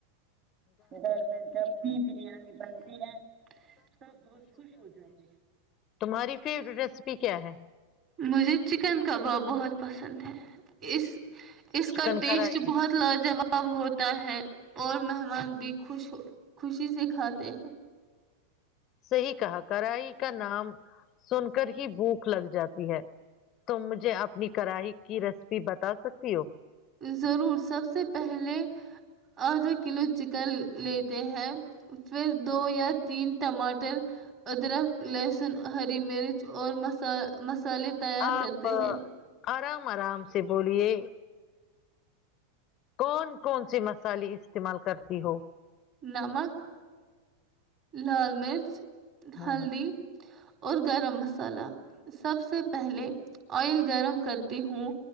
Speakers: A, on the right; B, on the left.
A: گھر میں جب بھی بریانی بنتی ہے سب بہت خوش ہو جاتے ہیں
B: تمہاری فیوریٹ ریسیپی کیا ہے
A: مجھے چکن کباب بہت پسند ہے اس اس کا
B: چکن
A: ٹیسٹ
B: کرائی
A: بہت لاجواب ہوتا ہے اور مہمان بھی خوش خوشی سے کھاتے ہیں
B: صحی کہا کراہی کا نام سن کر ہی بھوک لگ جاتی ہے تم مجھے اپنی کرڑاہی کی ریسیپی بتا سکتی ہو
A: ضرور سب سے پہلے آدھا کلو چکن لیتے ہیں پھر دو یا تین ٹماٹر ادرک لس ہری مرچ اور سالے تیار
B: آپ
A: کرتے
B: آ،
A: ہیں
B: آرام آرام سے سے بولیے کون کون سے مسالے استعمال کرتی ہو
A: نمک لال مرچ
B: ہاں
A: ہلدی
B: ہاں
A: اور گرم مسالہ سب سے پہلے آئل گرم کرتی ہوں